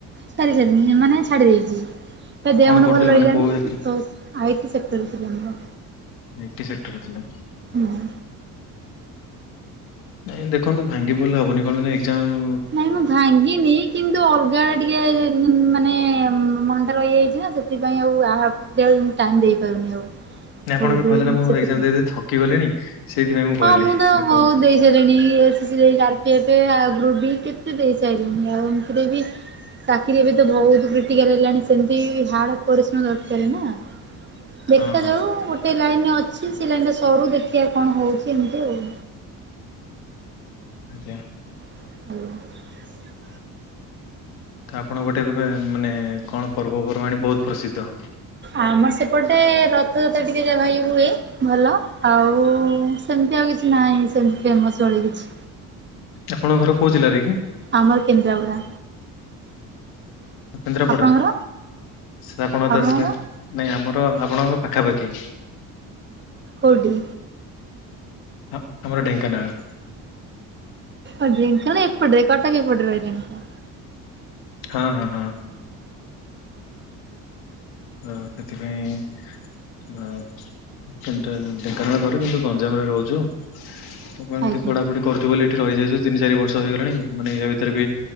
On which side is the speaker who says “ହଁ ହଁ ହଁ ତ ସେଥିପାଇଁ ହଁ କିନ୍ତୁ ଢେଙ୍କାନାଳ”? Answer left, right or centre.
Left